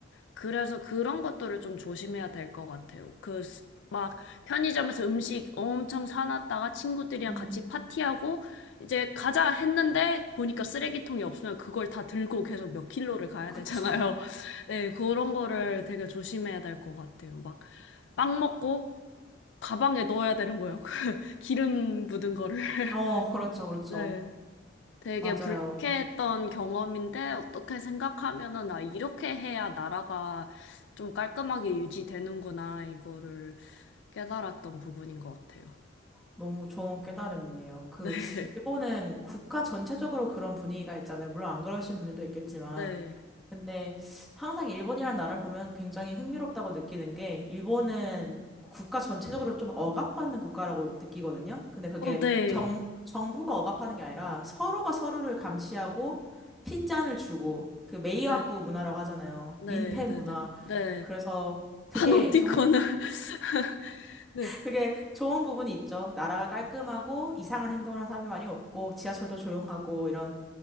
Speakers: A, on the left; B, in the centre.
A: 그래서 그런 것들을 좀 조심해야 될 것 같아요. 그, 스- 막, 편의점에서 음식 엄청 사놨다가 친구들이랑
B: 음,
A: 같이 파티하고, 이제 가자 했는데, 보니까 쓰레기통이 없으면 그걸 다 들고 계속 몇 킬로를 가야
B: 그쵸.
A: 되잖아요. <laughs> 네, 그런 거를 되게 조심해야 될 것 같아요. 막, 빵 먹고, 가방에 넣어야 되는 거예요. <laughs> 그 기름 묻은 거를. <laughs>
B: 어, 그렇죠, 그렇죠.
A: 네. 되게
B: 맞아요.
A: 불쾌했던 경험인데 어떻게 생각하면은 나 이렇게 해야 나라가 좀 깔끔하게 유지되는구나 이거를 깨달았던 부분인 것 같아요.
B: 너무 좋은 깨달음이네요. 그,
A: 네,
B: 일본은 국가 전체적으로 그런 분위기가 있잖아요. 물론 안 그러신 분들도 있겠지만.
A: 네,
B: 근데 항상 일본이라는 나라를 보면 굉장히 흥미롭다고 느끼는 게, 일본은 국가 전체적으로 좀 억압받는 국가라고 느끼거든요. 근데 그게
A: 어, 네,
B: 정, 정부가 억압하는 게 아니라 서로가 서로를 감시하고 핀잔을 주고, 그 메이와쿠
A: 네,
B: 문화라고 하잖아요.
A: 네,
B: 민폐
A: 네,
B: 문화.
A: 네, 네.
B: 그래서 그게
A: 파놉티콘은
B: 정말
A: <laughs> 네,
B: 그게 좋은 부분이 있죠. 나라가 깔끔하고 이상한 행동을 하는 사람이 많이 없고 지하철도 조용하고 이런